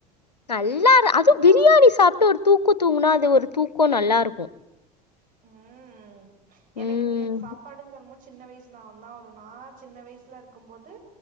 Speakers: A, on the left; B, on the right.
A: நல்லா அதுவு
B: அதா
A: பிரியாணி சாப்ட்டு ஒரு தூக்க தூங்கனா அது ஒரு தூக்கோ நல்லா இருக்கு
B: ம் எனக்கு
A: ம்.
B: நீங்க அந்த சாப்பாடுன்னு சொல்லும் போது சின்ன வயசு ஞாபகதா வரு நா சின்ன வயசுல இருக்கும் போது